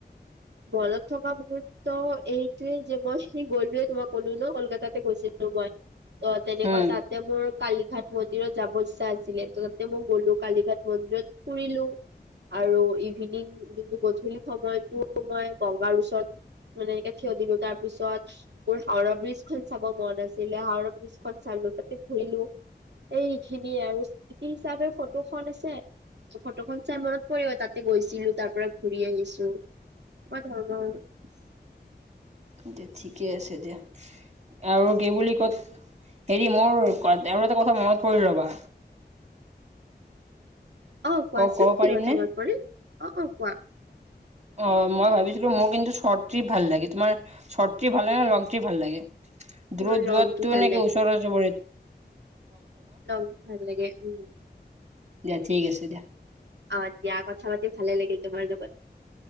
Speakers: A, on the right (about 75°); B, on the right (about 40°).
A: মনত থকা মুহূৰ্ত এইটোৱে যে মই সি গ'লোৱে তোমাক ক'লো ন কলকাতাতে গৈছিল লো মই। ত তেনেকুৱা
B: উম
A: তাতে মোৰ কালীঘাট মন্দিৰত যাব ইচ্ছা আছিলে। ত তাতে মই গ'লো, কালিঘাট মন্দিৰত ফুৰিলো। আৰু ইভিনিং যোনটো গধূলি সময়তো মই গংগাৰ ওচৰত মানে এনেকে থিয় দিলো। তাৰ পিছত মোৰ হাওৰা ব্ৰীজ খন চাব মনত আছিলে। হাওৰা ব্ৰীজ খন চা তাতে ঘূৰিলো। এই সেইখিনিয়ে আৰু স্মৃতি হিচাপে ফটো খন আছে। ফটোখন চাই মনত পৰিব, তাতে গৈছিলো, তাৰ পৰা ঘুৰি আহিছো। <unintelligible>
B: এতিয়া ঠিকে আছে দিয়া আৰু কি বুলি ক'ত হেৰি মোৰ আৰু এটা কথা মনত পৰিল ৰবা।
A: অ কোৱাচোন
B: ক ক'ব পাৰিম
A: কি কথা
B: নে?
A: মনত পৰিল? অ, অ কোৱা।
B: অ মই ভাবিছিলো মোৰ কিন্তু শ্বৰ্ট ট্ৰিপ ভাল লাগে। তোমাৰ শ্বৰ্ট ট্ৰিপ ভাল লাগে নে লং ট্ৰিপ ভাল লাগে?
A: মোৰ
B: দূৰত
A: লংটো
B: যোৱাতটো
A: ভাল
B: নে ওচৰ পা <unintelligible>
A: লং ভাল লাগে। উম।
B: দিয়া ঠিক আছে দিয়া।
A: অ দিয়া কথা পাতি ভালে লাগিল তোমাৰ লগত।